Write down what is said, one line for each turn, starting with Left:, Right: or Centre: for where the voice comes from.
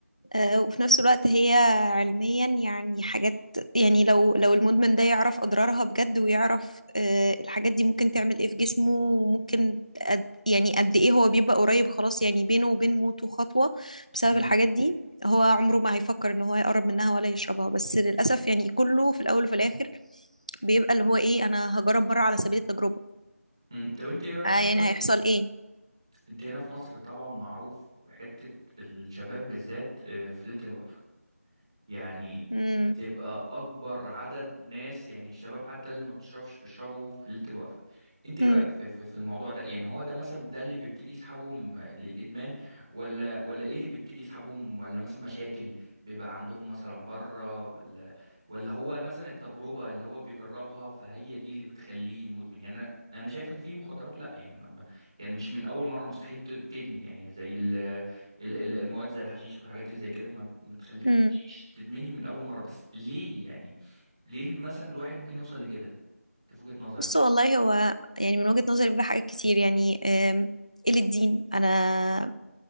Left: آه وفي نفس الوقت هي علميا يعني حاجات يعني لو لو المدمن ده يعرف اضرارها بجد ويعرف آه الحاجات دي ممكن تعمل ايه في جسمه وممكن قد يعني قد ايه هو بيبقى قريب خلاص يعني بينه وبين موته خطوه بسبب
Right: مم.
Left: الحاجات دي هو عمره ما هيفكر ان هو يقرب منها ولا يشربها بس للاسف يعني كله في الاول وفي الاخر بيبقى اللي هو ايه انا هجرب مره على سبيل التجربه
Right: مم. طب انت ايه رأيك
Left: آه
Right: مثلا
Left: يعني هيحصل ايه
Right: انت هنا في مصر طبعا معروف حتة الشباب بالذات آه، في ليلة الوقفة يعني
Left: مم.
Right: بتبقى اكبر عدد ناس يعني الشباب حتى اللي ما بتشربش بيشربوا في ليله الوقفه انت ايه
Left: امم
Right: رايك في, في, في الموضوع ده يعني هو ده مثلا ده اللي بيبتدي يسحبهم آه، للادمان ولا ولا ايه اللي بيبتدي يسحبهم ولا مثلا مشاكل بيبقى عندهم مثلا بره ولا ولا هو مثلا التجربه اللي هو بيجربها فهي دي اللي بتخليه مدمن يعني انا أنا شايف ان في مخدرات لا يعني ما ما- يعني مش من اول مره مستحيل ت- تدمن يعني زي ال ال- ال- المواد زي الحشيش والحاجات اللي زي كده ما بتخليكش
Left: امم
Right: تدمني من اول مره بس ليه يعني ليه مثلا الواحد ممكن يوصل لكده انت في وجهه نظرك
Left: بص والله هو يعني من وجهة نظري بيبقى حاجات كتير يعني آم، قلة دين انا